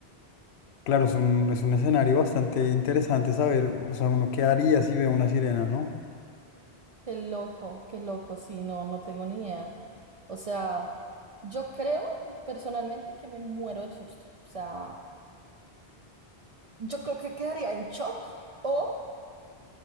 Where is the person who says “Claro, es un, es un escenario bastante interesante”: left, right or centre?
Left